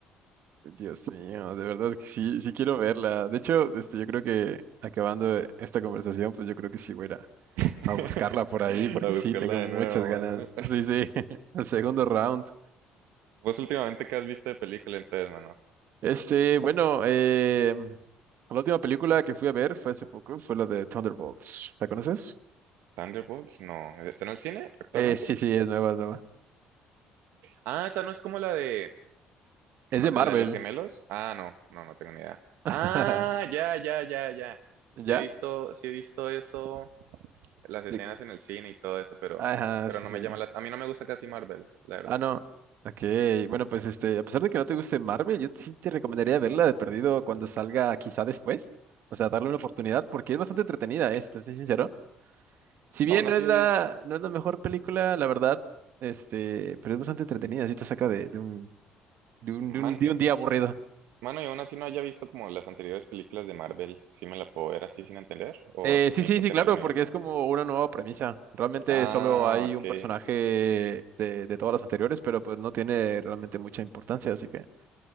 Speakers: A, on the right; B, on the right.
A: Dios mío, de verdad que sí, sí quiero verla. De hecho, este, yo creo que acabando esta conversación, pues yo creo que sí voy a ir a
B: <laughs>
A: a buscarla por ahí, porque
B: A buscarla
A: sí, tengo muchas
B: de nuevo,
A: ganas.
B: mano.
A: Sí, sí, <laughs> el segundo round.
B: ¿Vos últimamente qué has visto de película entonces, mano?
A: Este, bueno, eh, la última película que fui a ver fue hace poco, fue la de Thunderbolts. ¿La conoces?
B: ¿Thunderbolts? No. ¿Está en el cine actualmente?
A: Eh, sí, sí, es nueva, es nueva.
B: Ah, esa no es como la de...
A: Es
B: no,
A: de Marvel.
B: ¿la de los gemelos? Ah, no, no, no tengo ni idea.
A: <laughs>
B: Ah, ya, ya, ya, ya.
A: ¿Ya?
B: Sí he visto, sí he visto eso. las escenas
A: De-
B: en el cine y todo eso, pero,
A: Ajá,
B: pero
A: sí,
B: no
A: sí.
B: me llama la... A mí no me gusta casi Marvel, la verdad.
A: Ah, no. Ok, bueno, pues este, a pesar de que no te guste Marvel, yo sí te recomendaría verla de perdido cuando salga quizá después. O sea, darle una oportunidad porque es bastante entretenida, ¿eh? Si te soy sincero. Si bien
B: Aún
A: no
B: así,
A: es la, no es la mejor película, la verdad, este, pero es bastante entretenida, sí te saca de, de un, de un,
B: man,
A: de un, de un día aburrido.
B: mano, y aún así no haya visto como las anteriores películas de Marvel, ¿sí me la puedo ver así sin entender? ¿O
A: Eh, sí,
B: necesito
A: sí, sí,
B: tener
A: claro,
B: universo?
A: porque es como una nueva premisa. Realmente
B: Ah,
A: solo hay
B: ok.
A: un personaje de, de todas las anteriores, pero pues no tiene realmente mucha importancia, así que...